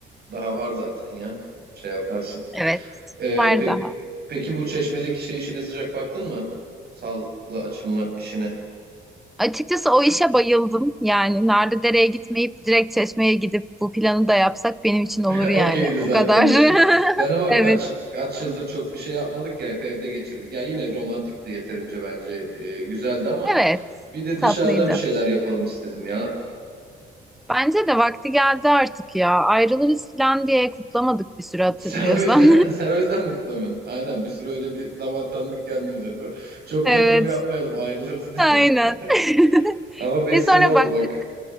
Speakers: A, on the right; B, in the centre.
A: Daha var zaten ya. Şey yaparsın.
B: Evet,
A: Ee,
B: var
A: peki,
B: daha.
A: peki bu Çeşme'deki şey işine sıcak baktın mı? Salla açılmak işine.
B: Açıkçası o işe bayıldım. Yani Narlıdere'ye gitmeyip direkt Çeşme'ye gidip bu planı da yapsak benim için olur
A: <laughs>
B: yani.
A: Okeydi zaten
B: O kadar.
A: diyorsun. Ben
B: <laughs>
A: ama
B: Evet.
A: kaç kaç yıldır çok bir şey yapmadık ya hep evde geçirdik. Ya yine romantikti yeterince bence e, güzeldi ama
B: Evet.
A: bir de dışarıda
B: Tatlıydı.
A: bir şeyler yapalım istedim ya.
B: Bence de vakti geldi artık ya. Ayrılırız falan diye kutlamadık bir süre
A: <laughs>
B: hatırlıyorsan.
A: Sen o yüzden <laughs> sen o yüzden mi kutlamıyorsun? Aynen bir süre öyle bir zaman tanıdık kendimize değil mi?
B: <laughs>
A: Çok
B: Evet.
A: yatırım yapmayalım ayrılırız diye.
B: Aynen. <laughs>
A: <laughs> Ama 5
B: Ve
A: sene
B: sonra
A: oldu
B: baktık
A: bak.